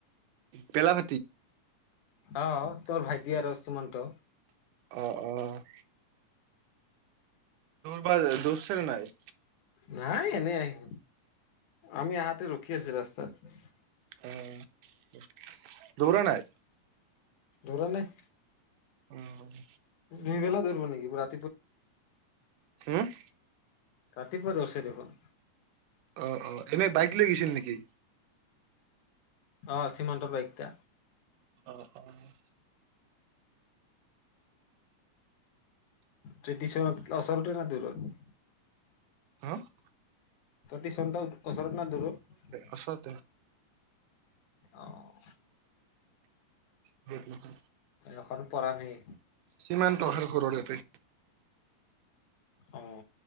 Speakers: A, on the right; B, on the left.
A: পেলা ফ
B: অহ ', তৰ ভাইটি আৰু শুমন্ত
A: অহ ',- অহ',। দৰব দূৰছে ন নাই।
B: নাই এনেই আহে। আমি আহাতে ৰখি আছো ৰাস্তাত। নি <inaudible>
A: অ', দৌৰা নাই?
B: দৌৰা নাই।
A: উম ',
B: দুইবেলা ধৰিব নেকি পুৰা।
A: হম ',
B: ৰাতিপুৱা দৌৰছে দেখোন।
A: অ', - অ', এনেই বাইক লৈ গৈছিল নেকি?
B: অ', চিমানন্তৰ বাইকটা
A: অ', - অ',
B: ট্ৰদিশন অচৰতে ন দূৰত?
A: হাহ ',
B: দি চ ওচৰত ন দূৰত।
A: ওচৰতে
B: অ'।
A: উম! উুহু।
B: এখন পঢ়ালেই।
A: সীমান্তহাতৰ ঘৰলৈকে।
B: অ,